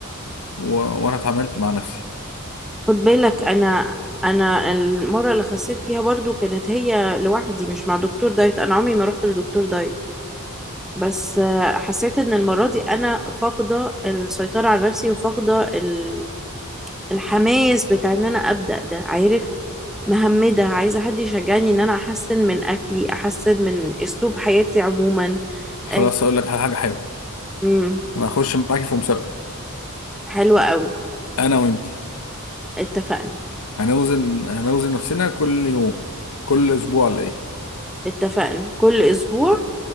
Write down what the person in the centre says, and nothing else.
خد بالك انا انا المره اللي خسيت فيها برضو كانت هي لوحدي مش مع دكتور دايت انا عمري ما رحت لدكتور دايت بس آه، حسيت ان المره دي انا فاقده السيطره على نفسي وفاقده ال- الحماس بتاع ان انا ابدا ده عارف مهمده عايزه حد يشجعني ان انا احسن من اكلي احسن من اسلوب حياتي عموما
آه،
امم
حلوه قوي
اتفقنا
اتفقنا كل اسبوع